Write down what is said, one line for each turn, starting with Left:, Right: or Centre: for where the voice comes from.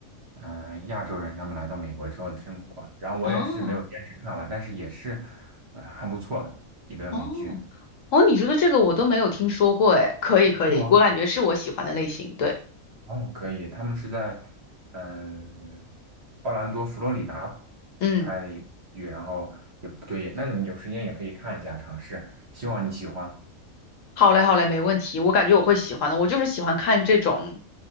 Right: 嗯、亚洲人他们来到美国之后的生活。然后我也是没有坚持看完，
Left: 哦
Right: 但是也是，呃，很不错一个美剧。
Left: 哦哦，你说的这个我都没有听说过，哎，可以可以，
Right: 是吗？
Left: 我感觉是我喜欢的类型，对，
Right: 哦，可以，他们是在嗯奥兰多、佛罗里达拍的一个剧，
Left: 嗯。
Right: 然后也不对，那你有时间也可以看一下，尝试，希望你喜欢。
Left: 好嘞，好嘞，没问题。我感觉我会喜欢的。我就是喜欢看这种，